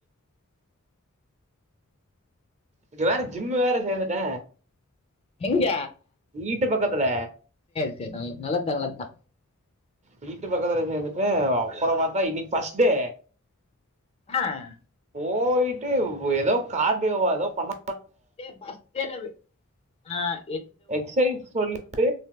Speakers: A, on the right; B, on the left.
A: இப்ப வேற ஜிம்மு வேற சேந்துட்ட
B: எங்க
A: வீட்டு பக்கத்துல
B: செரி நல்ல நல்லத்தா நல்லத்தா
A: வீட்டு பக்கத்துல சேர்ந்துட்ட அப்புறமாத்தா இன்னிக்கு ஃபஸ்ட் டே
B: அஹ்
A: போயிட்டு ஏதோ கார்டியோவா ஏதோ பண்ண
B: ஏ பஸ் டேல அஹ்
A: எக்சைஸ் சொல்லிட்டு